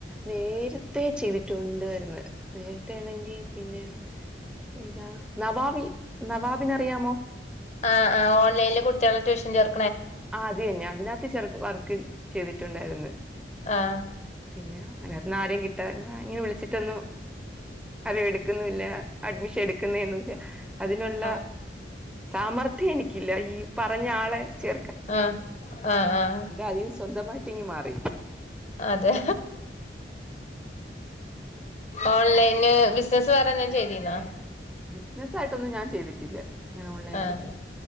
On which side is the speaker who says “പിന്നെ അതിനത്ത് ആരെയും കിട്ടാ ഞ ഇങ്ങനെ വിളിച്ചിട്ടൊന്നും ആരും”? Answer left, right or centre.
Centre